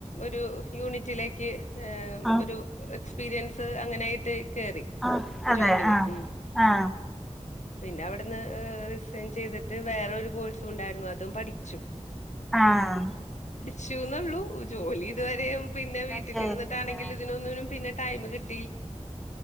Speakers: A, on the left (about 75°); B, in the centre.
A: ഒരു യൂണിറ്റിലേക്ക്
B: ആഹ്
A: ഒരു എക്സ്പീരിയൻസ് അങ്ങനെയായിട്ട് കേറി
B: ആഹ് അതെ
A: ജോബിന്
B: ആഹ്
A: ഉം
B: ആഹ്
A: പിന്നെ അവിടുന്ന് റിസൈൻ ചെയ്തിട്ട് വേറെ ഒരു കോഴ്സും ഉണ്ടായിരുന്നു അതും പഠിച്ചു.
B: ആഹാ
A: ചുന്നുള്ളൂ ജോലി ഇതുവരെയ പിന്നെ വീട്ടിലിരുന്നിട്ടാണെങ്കിൽ
B: ചെയ്തില്ലേ
A: ഇതിനൊന്നിനും പിന്നെ ടൈം കിട്ട